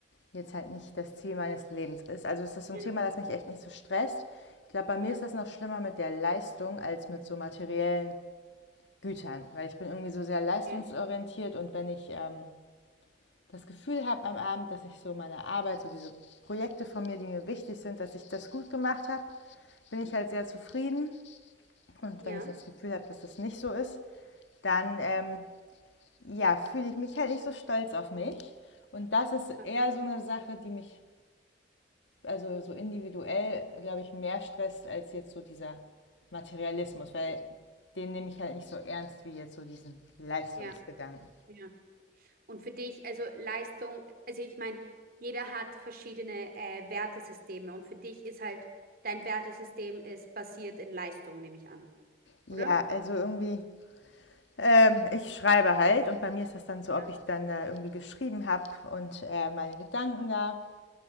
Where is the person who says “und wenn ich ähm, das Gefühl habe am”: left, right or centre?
Left